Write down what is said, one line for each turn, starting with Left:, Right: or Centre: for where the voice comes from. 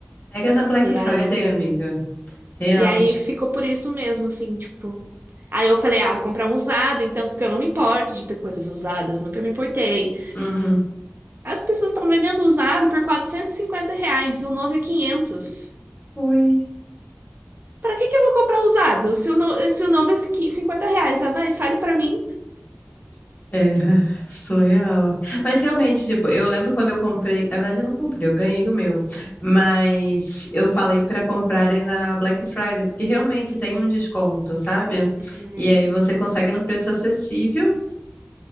Left: Pega na Black
Right: E
Left: Friday,
Right: aí,
Left: amiga. Real.
Right: e aí
Left: ti-
Right: ficou por isso mesmo, assim, tipo. Aí eu falei, ah, vou comprar um usado, então, porque eu não me importo de ter coisas usadas, nunca me importei.
Left: Uhum.
Right: As pessoas estão vendendo usado por 450 reais e o novo é quinhentos
Left: Ui.
Right: Pra que que eu vou comprar usado? Se o, no- se o novo é qui- 50 reais a mais, fale pra mim.
Left: É, surreal. Mas realmente, tipo, eu lembro quando eu comprei. Na verdade, eu não comprei, eu ganhei o meu. Mas eu falei para comprarem na Black Friday, porque realmente tem um desconto, sabe?
Right: Uhum,
Left: E aí você consegue num preço acessível